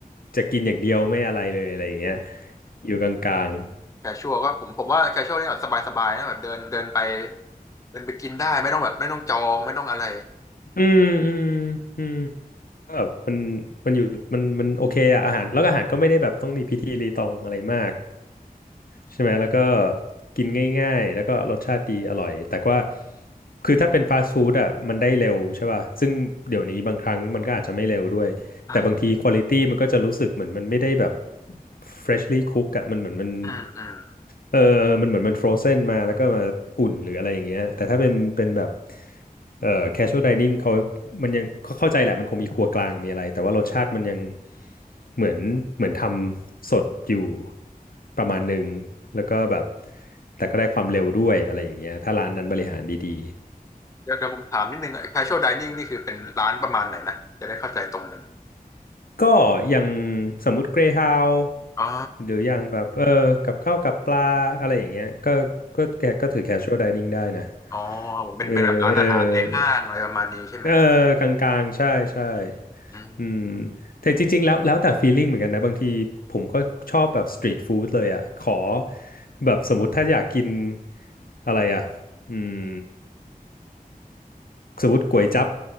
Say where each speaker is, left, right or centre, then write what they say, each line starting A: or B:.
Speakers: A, on the left; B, on the left.
A: จะกินอย่างเดียวไม่อะไรเลยอะไรอย่างเงี้ยอยู่กลาง
B: แคชชวลก็ผมผมว่าแคชชวลนี่แบบสบายๆนะแบบเดินเดินไปเดินไปกินได้ไม่ต้องแบบไม่ต้องจองไม่ต้องอะไร
A: ๆอืมอืมอืมก็แบบมันมันอยู่มันมันโอเคอะอาหารแล้วก็อาหารก็ไม่ได้แบบต้องมีพิธีรีตองอะไรมาก ใช่ไหมแล้วก็กินง่ายๆแล้วก็รสชาติดีอร่อยแต่ว่าคือถ้าเป็นฟาสต์ฟู้ดอ่ะมันได้เร็วใช่ป่ะซึ่งเดี๋ยวนี้บางครั้งมันก็อาจจะไม่เร็วด้วย
B: อ่า
A: แต่บางทีควอลิตี้มันก็จะรู้สึกเหมือนมันไม่ได้แบบ freshly cook อะมันเหมือนมัน
B: อืมอืม
A: เออมันเหมือนมัน frozen มาแล้วก็มาอุ่นหรืออะไรอย่างเงี้ยแต่ถ้าเป็นเป็นแบบเอ่อ casual dining เขามันยังเขาเข้าใจแหละมันคงมีครัวกลางมีอะไรแต่ว่ารสชาติมันยังเหมือนเหมือนทำสดอยู่ประมาณหนึ่งแล้วก็แบบแต่ก็ได้ความเร็วด้วยอะไรอย่างเงี้ยถ้าร้านนั้นบริหารดี
B: เดี๋ยวเดี๋ยวผมถามนิดนึงแคชชวลไดนิ่งนี่คือเป็นร้านประมาณไหนนะจะได้เข้าใจตรงกัน
A: ก็อย่างสมมุติเกรฮาว
B: อ๋อ
A: หรืออย่างแบบเออกับข้าวกับปลาอะไรอย่างเงี้ยก็ก็แกก็ถือ casual dining ได้นะ
B: อ๋อผมเป็นเป็นแบบร้านอาหารในห้างอะไรประมาณนี้ใช่ไหม
A: เออเออเออกลางๆใช่ใช่
B: อืม
A: อืมแต่จริงๆแล้วแล้วแต่ feeling เหมือนกันนะบางทีผมก็ชอบแบบ street food เลยอ่ะขอแบบสมมติถ้าอยากกินอะไรอ่ะอืม สมมติก๋วยจั๊บ